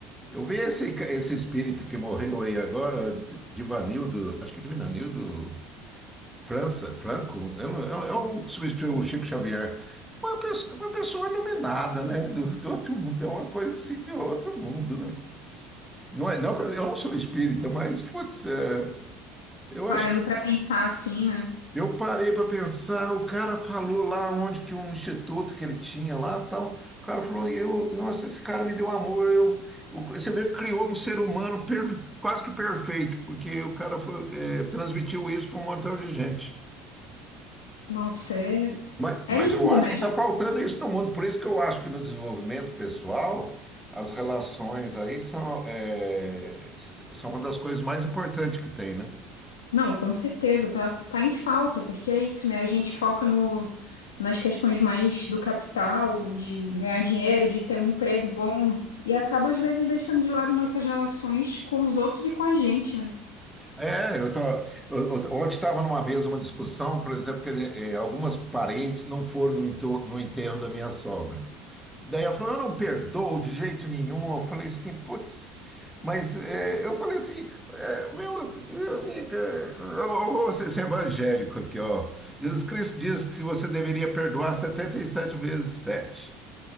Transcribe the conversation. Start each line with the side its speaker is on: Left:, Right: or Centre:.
Centre: Eu vi esse, ca- esse espírito que morreu aí agora, Divanildo, acho que Divanildo. França, Franco, eu o é o que substituiu o Chico Xavier. Uma pessoa, uma pessoa iluminada, né? Do, do outro mundo. É uma coisa assim de outro mundo, né? Não é, não, que eu eu não sou espírita, mas, putz, é, eu
Left: parando
Centre: acho.
Left: para pensar assim, né?
Centre: Eu parei para pensar, o cara falou lá onde que um instituto que ele tinha lá tal. O cara falou, eu, nossa, esse cara me deu amor. Eu, o- você vê que criou um ser humano per- quase que perfeito, porque o cara foi, é, transmitiu isso para um montão de gente.
Left: Nossa, é,
Centre: Mas,
Left: é
Centre: mas
Left: lindo,
Centre: eu acho
Left: né?
Centre: que está faltando isso no mundo. Por isso que eu acho que no desenvolvimento pessoal, as relações aí são, é, s- são uma das coisas mais importantes que tem, né?
Left: Não, com certeza, tá, tá em falta, porque é isso, né? A gente foca no, nas questões mais do capital, de ganhar dinheiro, de ter um emprego bom, e acaba, às vezes, deixando de lado nossas relações com os outros e com a gente, né?
Centre: É, eu tava, eu, eu- ontem estava numa mesa, uma discussão, por exemplo, que eh, algumas parentes não foram no, ento- no enterro da minha sogra. Daí ela falou, eu não perdoo de jeito nenhum. Eu falei assim, putz, mas é, eu falei assim, é, meu, meu amiga, eu eu vou ser ser evangélico aqui, ó. Jesus Cristo diz que você deveria perdoar setenta e sete vezes sete